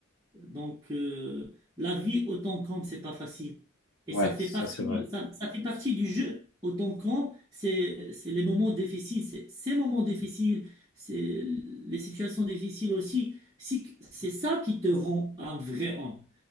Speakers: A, on the right (about 20°); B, on the left (about 80°).
A: Donc, euh, la vie autant compte, c'est pas facile. Et
B: Ouais,
A: ça fait
B: ça
A: partie
B: c'est vrai.
A: du, ça, ça fait partie du jeu. Autant compte, c'est, c'est les moments difficiles, c'est ces moments difficiles, c'est les situations difficiles aussi. Si- C'est ça qui te rend un vrai homme.